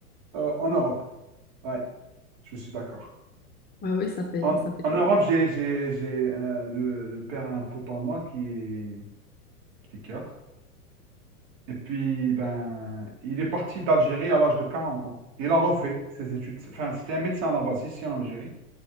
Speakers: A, on the right; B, on the left.
A: Euh, en Europe. Ouais, je suis d'accord.
B: Ouais, ouais, ça paye,
A: En,
B: ça paye.
A: en Europe, j'ai, j'ai, j'ai, euh, le, le père a un pote à moi qui est psychiatre. Et puis, ben, il est parti d'Algérie à l'âge de 40 ans. Il a refait ses études. Enfin, c'était un médecin à la base ici en Algérie.